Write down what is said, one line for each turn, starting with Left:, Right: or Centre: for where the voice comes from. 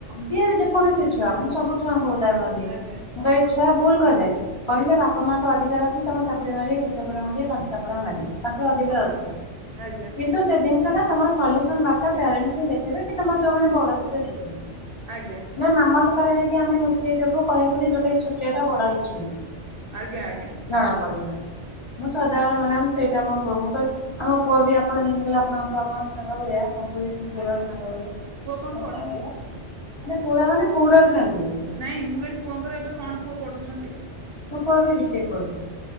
Left: ଯିଏ ଯେକୌଣସି ଛୁଆ ମୁଁ ସବୁ ଛୁଆଙ୍କୁ ଉଦାହରଣ
Right: ଆଜ୍ଞା
Left: ମୁଁ କହିବି ଛୁଆ ଭୁଲ କଲେ କହିଲେ ବା ବାପା ମାଙ୍କ ଅଧିକାର ଅଛି ତମ ଚାପୁଡେ ମାରିବ ଦି ଚାପୁଡ଼ା ମାରିବେ ପାଞ୍ଚ ଚାପୁଡ଼ା ମାରିବେ। ତାଙ୍କର ଅଧିକାର
Right: ହଁ
Left: ଅଛି
Right: ଆଜ୍ଞା
Left: କିନ୍ତୁ ସେ ଜିନିଷ ଟା ତମର ସଲ୍ୟୁସନ ମାଟା ପ୍ୟାରେଣ୍ଟସ ଦେଖବେ କି ତମ ଯୋଉମାନେ ବଡ ଥିବ ଦେଖେଇ
Right: ଆଜ୍ଞା।
Left: ମାମଲ୍ଟ କାର ହେଇକି ଆମେ ନୁଚେଇ ଦେବୁ ଛୋଟିଆ ଟା ବଡ଼ ଇସୁ ହେଇଯିବ।
Right: ଆଜ୍ଞା ଆ
Left: ଜଣା ପଡିଲାଣି ମୁଁ ସଦାବେଳେ ମ୍ୟାଡ଼ମ ସେଇଟା ମୋ ପୁଅକୁ ମୁଁ କହି ଆମ ପୁଅ ବି ଆପଣ ଯେମିତି କହିଲେ ଆପଣ ଆପଣଙ୍କ ସାଙ୍ଗ ଭଳିଆ ମୋ ପୁରା
Right: ଆଜ୍ଞା
Left: ସାଙ୍ଗଭଳିଆ
Right: ପୁଅ କଣ
Left: ମୋ
Right: ପଢନ୍ତି?
Left: ସାଙ୍ଗରେ ମାନେ ପୁରା ମାନେ ପୁରା ଫ୍ଫ୍ରେଣ୍ଡଲି ସିଏ।
Right: ନାଇଁ ମୁଁ କହିଲି ପୁଅଙ୍କର ଏବେ କଣ ପୁଅ ପଢ଼ୁଛନ୍ତି?
Left: ମୋ ପୁଅ ଏବେ ବିଟେକ୍ କରୁଛି।